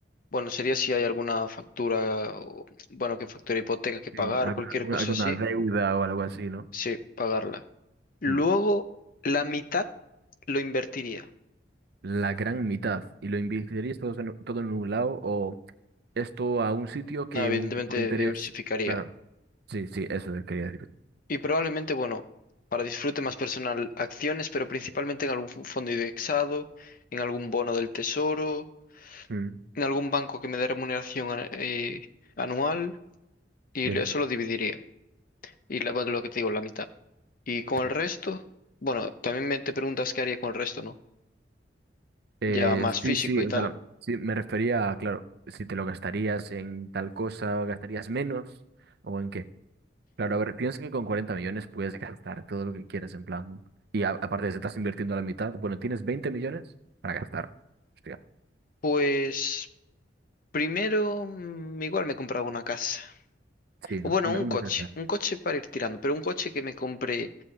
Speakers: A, on the left; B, on the right.
A: bueno, sería si hay alguna factura, o- bueno, que factura hipoteca que pagar
B: Sí, alguna,
A: o cualquier
B: una-
A: cosa
B: alguna
A: así,
B: deuda o algo así, ¿no?
A: sí, pagarla. Luego,
B: Mm.
A: la mitad lo invertiría.
B: la gran mitad y lo invertirías todo en, todo en un lado o esto a un sitio que
A: No, evidentemente
B: un tipo de interés.
A: diversificaría.
B: Claro, sí, sí, eso quería decir.
A: Y probablemente, bueno, para disfrute más personal, acciones, pero principalmente en algún fu- fondo indexado, en algún bono del tesoro,
B: Mm,
A: en algún banco que me dé remuneración eh, anual, y
B: sí,
A: eso lo dividiría. Y la- bueno, lo que te digo, la mitad. Y con
B: sí.
A: el resto, bueno, también me te preguntas qué haría con el resto, ¿no?
B: Eh,
A: Ya más
B: sí,
A: físico
B: sí,
A: y
B: o
A: tal.
B: sea, sí, me refería a, claro, si te lo gastarías en tal cosa o gastarías menos o en qué. Claro, a ver, piensa que con 40 millones puedes gastar todo lo que quieras en plan. Y a- aparte, si estás invirtiendo la mitad, bueno, tienes 20 millones para gastar. Hostia,
A: Pues primero, mm, igual me compraba una casa.
B: sí,
A: O
B: ¿no?
A: bueno,
B: Una,
A: un
B: una
A: coche,
B: casa,
A: un coche para ir tirando, pero un coche que me compre